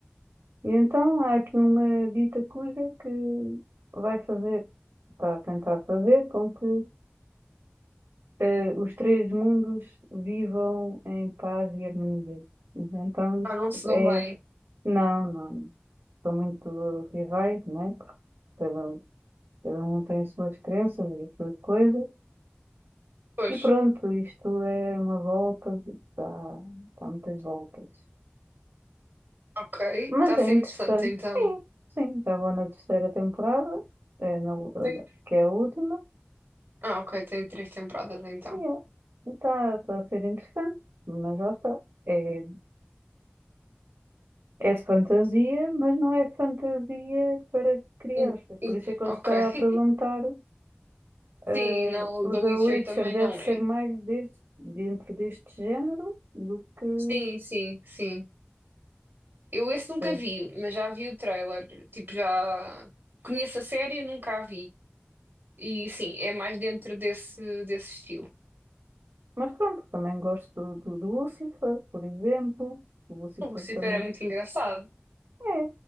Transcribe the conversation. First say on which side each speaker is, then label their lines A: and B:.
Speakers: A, on the right; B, on the right.
A: e então há aqui uma dita cuja que vai fazer, está a tentar fazer com que eh, os três mundos vivam em paz e harmonia. Então,
B: Ah,
A: isto
B: não se dão
A: é.
B: bem.
A: Não, não. São muito rivais, né? Cada, um, cada um tem as suas crenças e as suas coisas.
B: Pois,
A: E pronto, isto é uma volta, dá, dá muitas voltas.
B: ok.
A: Mas
B: Está a
A: é
B: ser
A: interessante.
B: interessante então.
A: Sim, sim. Já vou na terceira temporada, é na, na-
B: Tem-
A: que é a última.
B: Ah, ok, tem três temporadas então.
A: E é. Está tá tá a ser interessante, mas já está. É É de fantasia, mas não é fantasia para crianças.
B: Hum,
A: Por
B: hum,
A: isso é que eu
B: Ok.
A: estava
B: <laughs>
A: a perguntar, eh,
B: Sim, não,
A: o
B: o The
A: The
B: Witcher
A: Witcher
B: também
A: deve
B: não
A: ser
B: é.
A: mais deste- dentro deste género do que...
B: Sim, sim, sim. Eu esse nunca
A: eh,
B: vi, mas já vi o trailer. Tipo, já conheço a série, nunca a vi. E sim, é mais dentro desse, desse estilo.
A: Mas pronto, também gosto do, do, do Lucifer, por exemplo. O Lucifer
B: O Lucifer
A: também
B: é muito engraçado.
A: é,